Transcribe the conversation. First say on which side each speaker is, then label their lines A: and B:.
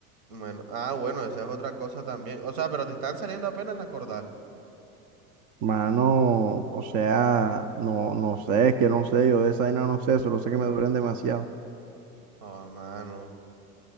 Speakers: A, on the right; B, on the right.
A: Bueno, ah, bueno, esa es otra cosa también. O sea, pero te están saliendo apenas las cordales.
B: Mano, o sea, no, no sé, es que no sé, yo de esa vaina no sé, solo sé que me duelen demasiado.
A: Oh, mano.